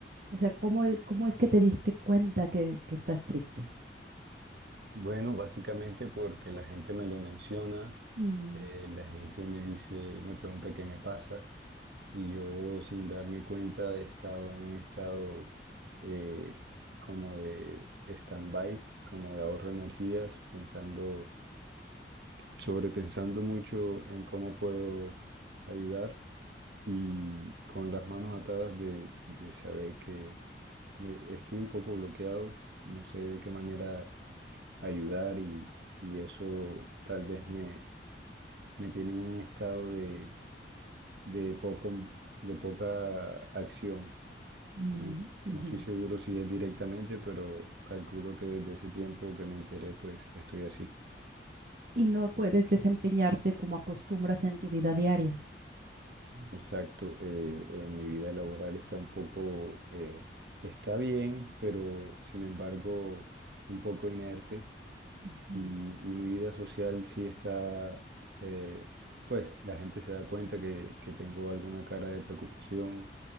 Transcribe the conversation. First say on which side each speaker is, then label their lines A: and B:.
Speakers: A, on the right (about 50°); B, on the right (about 65°).
A: O sea, ¿cómo, e- cómo es que te diste cuenta que, que estás triste?
B: Bueno, básicamente porque la gente me lo menciona,
A: Mm,
B: eh, la gente me dice, me pregunta qué me pasa y yo sin darme cuenta he estado en un estado eh, como de stand-by, como de ahorro de energías, pensando, sobrepensando mucho en cómo puedo ayudar y con las manos atadas de, de saber que de- estoy un poco bloqueado, no sé de qué manera ayudar y, y eso tal vez me, me tiene en un estado de, de poco, de poca acción.
A: mm,
B: No,
A: ujú.
B: no estoy seguro si es directamente, pero calculo que desde ese tiempo que me enteré, pues estoy así.
A: Y no puedes desempeñarte como acostumbras en tu vida diaria.
B: Exacto, eh, eh, mi vida laboral está un poco, eh, está bien, pero sin embargo, un poco inerte
A: Ujú.
B: Y, y mi vida social sí está, eh, pues la gente se da cuenta que, que tengo alguna cara de preocupación